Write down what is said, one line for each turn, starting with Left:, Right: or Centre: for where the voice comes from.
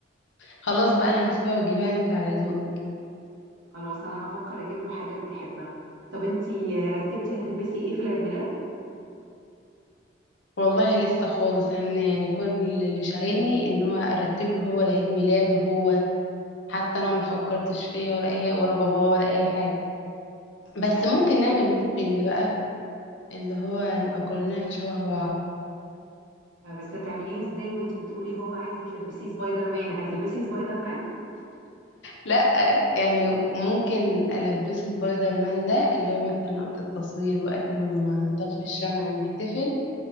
Left: خلاص بقى انا هسيبها واجيبها انت على ذوق
Right: خلاص انا هفكر اجيب له حاجه بيحبها طب انتي آه، رتبتي هتلبسي ايه في العيد ميلاد
Left: والله لسه خالص انا يعني كل اللي شاغلني ان هو ارتب له هو العيد ميلاد وهو حتى انا ما فكرتش فيه ولا اي ولا باباه ولا اي حاجه بس
Right: لا
Left: ممكن نعمل ماتشنج بقى اللي هو نبقى كلنا شبه بعض
Right: آه، بس هتعمليه ازاي وانتي بتقولي هو عايزه تلبسيه سبايدر مان هتلبسي سبايدر مان
Left: لا يعني ممكن ألبسه سبايدر مان ده اللي هو مثلا وقت التصوير وقت ما نطفي الشمع نحتفل